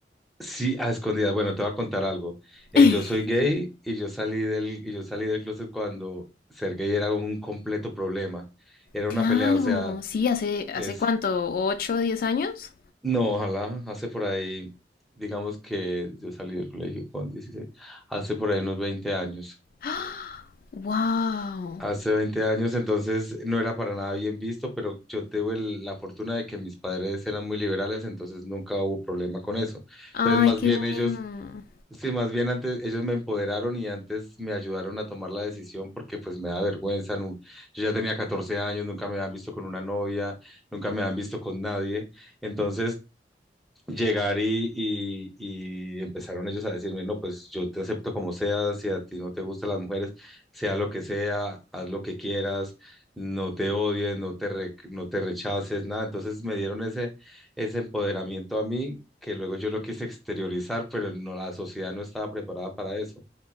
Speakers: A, in the centre; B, on the left.
A: sí, a escondidas. Bueno, te voy a contar algo. Eh,
B: <laughs>
A: yo soy gay y yo salí del, y yo salí del closet cuando ser gay era un completo problema. Era
B: Claro,
A: una pelea, o sea...
B: sí, hace,
A: Es
B: ¿hace cuánto? ¿Ocho o diez años?
A: No, ojalá. Hace por ahí, digamos que yo salí del colegio con 16. hace por ahí unos 20 años.
B: <gasps> ¡Wow!
A: Hace 20 años, entonces no era para nada bien visto, pero yo tuve el- la fortuna de que mis padres eran muy liberales, entonces nunca hubo problema con eso.
B: ¡Ay,
A: Entonces, más
B: qué
A: bien
B: bueno!
A: ellos, sí, más bien antes ellos me empoderaron y antes me ayudaron a tomar la decisión porque pues me da vergüenza. nu- yo ya tenía 14 años, nunca me habían visto con una novia, nunca me habían visto con nadie. Entonces... llegar y, y, y empezaron ellos a decirme, no, pues yo te acepto como seas, si a ti no te gustan las mujeres, sea lo que sea, haz lo que quieras, no te odies, no te, re- no te rechaces, nada. Entonces me dieron ese, ese empoderamiento a mí, que luego yo lo quise exteriorizar, pero no, la sociedad no estaba preparada para eso.